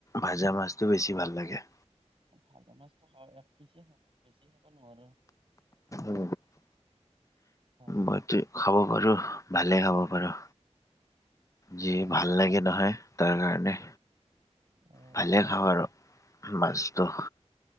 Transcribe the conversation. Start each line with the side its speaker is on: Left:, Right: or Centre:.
Left: ভাজা মাছতটো
Right: এ,
Left: বেছি ভাল লাগে।
Right: ভাজা মাছটো খাওঁ এক পিচ খাব বেছি খাব নোৱাৰো।
Left: অ
Right: হয়
Left: মইটো খাব পাৰো, ভালে খাব পাৰো। যিয়ে
Right: অ
Left: ভাল লাগে নহয়, তাৰ কাৰণে।
Right: অ
Left: ভালে খাওঁ আৰু মাছটো।